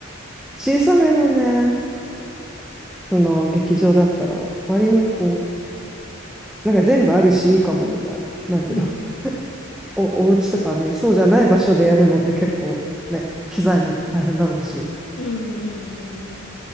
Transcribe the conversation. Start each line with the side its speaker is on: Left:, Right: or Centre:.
Centre: 小さめのね、その劇場だったら割にこう、
Left: そうそ
Centre: なんか全部あるしいいかもみたいな。なんていうの、
Left: う。うんうん。
Centre: お、お家とかね、そうじゃない場所でやるのって結構ね、機材も大変だろうし。
Left: うんうんうんうん。